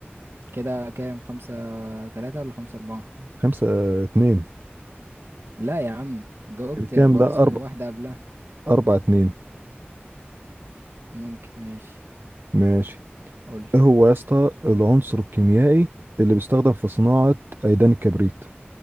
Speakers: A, on the right (about 80°); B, on the right (about 60°).
A: كده كام خمسة تلاتة ولا خمسة أربعة
B: خمسة آه، اتنين
A: لا يا عم جاوبت
B: كام
A: الخوارزمي
B: لا اربع
A: وواحدة قبلها
B: اربعة اتنين
A: ممكن ماشي
B: ماشي
A: قول لي
B: ايه هو يا اسطى العنصر الكيميائي اللي بيستخدم في صناعة ايدان الكبريت